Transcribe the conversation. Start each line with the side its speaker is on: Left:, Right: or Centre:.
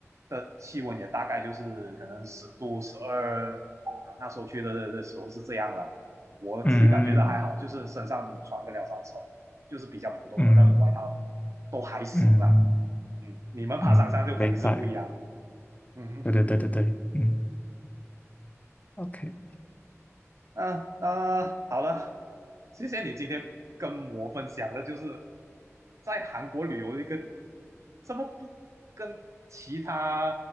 Right: 的气温也大概就是可能十度、十二，啊，那时候去的的时候是这样了。我自己感觉到还好，
Left: 嗯
Right: 就是身上穿个两三层，就是比较普通的那种外套，
Left: 嗯
Right: 都还行啦。
Left: 嗯。
Right: 嗯，你们爬山上就肯定是不一样了。
Left: 嗯，明白。
Right: 嗯
Left: 对对对对对，嗯，OK，
Right: 哼，啊啊，好了，谢谢你今天跟我分享的，就是在韩国旅游的一个这么不跟其他